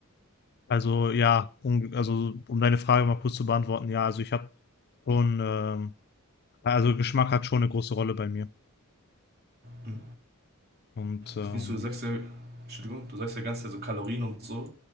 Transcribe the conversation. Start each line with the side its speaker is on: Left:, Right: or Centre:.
Left: Also ja, um, also um deine Frage mal kurz zu beantworten, ja, also ich habe schon, ähm, also Geschmack hat schon eine große Rolle bei mir.
Right: Hm?
Left: Und ähm,
Right: Ist nicht so, du sagst ja, Entschuldigung, du sagst ja ganz so Kalorien und so.